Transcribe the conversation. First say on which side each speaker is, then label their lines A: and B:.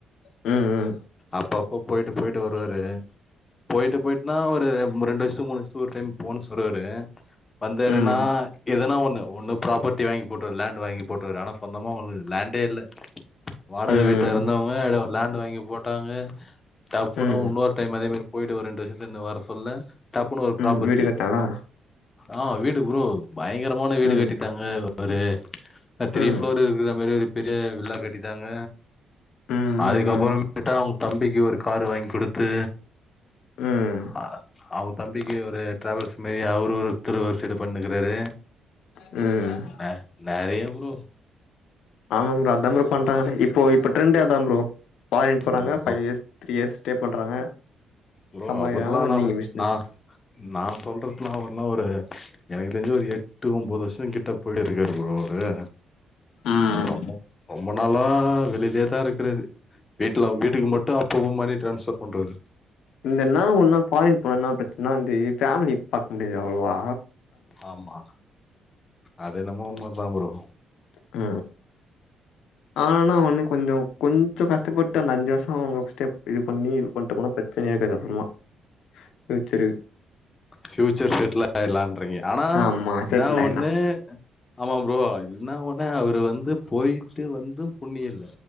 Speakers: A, on the left; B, on the left.
A: ம் ம்
B: அப்பப்ப போயிட்டு போயிட்டு வருவாரு போயிட்டு போயிட்டுனா ஒரு ரெண்டு வயசு மூணு வருசத்துக் ஒரு டைம் போன்னு சொல்றாரு வந்தாருன்னா
A: ம்
B: எதனா ஒன்னு ஒன்னு ப்ராப்பர்ட்டி வாங்கி போட்ருவார் லேண்ட் வாங்கி போட்ருவாரு ஆனா சொந்தமா ஒரு லேண்ட் ல வாடகை
A: ம்
B: வீட்ல இருந்தவங்க‌ ஒரு லேண்டு வாங்கி போட்டாங்க டப்புனு
A: ம்
B: உன்னொரு டைம் அதேமாரி போயிட்டு ஒரு ரெண்டு வருஷம் சென்டு வரசொல்ல டப்புனு ஒரு
A: ம்
B: ப்ராப்பர்ட்டி
A: வீடு கட்னாலா
B: ஆ வீடு ப்ரோ பயங்கரமான வீடு
A: ம்
B: கட்டிட்டாங்க ஒரு த்ரீ
A: ம்
B: ஆ ஃப்ளோர் இருக்கிற மாரி ஒரு பெரிய வில்லா கட்டிட்டாங்க
A: ம் ம்
B: அதுக்கப்புறமேட்டா
A: ம்
B: அவுங்க தம்பிக்கு ஒரு காரு வாங்கி குடுத்து
A: ம்
B: ஆ அவுங்க தம்பிக்கு ஒரு டிராவல்ஸ் மாரி அவரு ஒருத்தரு ஒரு சைடு பண்ணக்கிறாரு
A: ம்
B: ந நறைய ப்ரோ
A: ஆமாாம் ப்ரோ அதா ப்ரோ பண்ற நானு இப்போ இப்போ ட்ரெண்டே அதா ப்ரோ ஃபாரின் போறாங்க
B: ஆமா bro
A: five years three years stay பண்றாங்க
B: ப்ரோ
A: சம்பாதிக்கிறாங்க
B: அவர்லா
A: வந்தீங்க
B: நா
A: பிசினஸ்
B: நா நா சொல்றதுலா அவர்லா ஒரு எனக்கு தெரிஞ்சு ஒரு எட்டு ஒன்பது வருஷங்கிட்ட போய்ட்டே இருக்காரு ப்ரோ அவரு
A: ம்
B: அவர் ரொம்ப ரொம்ப நாளா வெளியிலேதா இருக்கிறாரு வீட்ல வீட்டுக்கு மட்டு அப்பப்போ மணி டிரான்ஸ்ஃபர் பண்றாரு
A: இந்தன்னா ஒன்னா ஃபாரின் போனா என்னா பிரச்சனன்னா வந்து ஃபேமிலி பாக்க முடியாது அவ்ளவா
B: ஆமா அது என்னமோ உண்ம தா ப்ரோ
A: அ ஆனா ஒண்ணு கொஞ்சோ கொஞ்சோ கஷ்டப்பட்டு அந்த அஞ்சு வருஷம் இது பண்ணி இது பண்டோம்னா பிரச்சனையே இருக்காது அப்புறமா பியூச்சரு
B: ஃப்யூச்சர் செட்டில் ஆயிடலான்றீங்க ஆனா
A: ஆமா
B: என்ன
A: செட்டில் ஆயிட்லா
B: ஒண்ணு ஆமா ப்ரோ என்ன ஒன்னு அவரு வந்து போயிட்டு வந்து புண்ணியல்ல